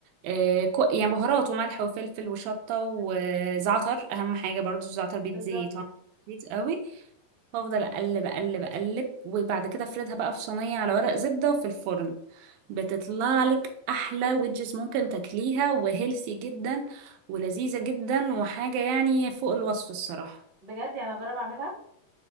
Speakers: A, on the right (about 80°); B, on the right (about 55°).
A: آه، كو- يعني بهارات وملح وفلفل وشطة وزعتر اهم حاجة برضو الزعتر بيدي
B: بالظبط
A: طعم لذيذ قوي بفضل اقلب اقلب اقلب وبعد كده افردها بقى في صينيه على ورق زبده وفي الفرن بتطلع لك احلى ويدجز ممكن تاكليها وهيلثي جدا ولذيذه جدا وحاجه يعني فوق الوصف الصراحه
B: بجد يعني اجرب اعملها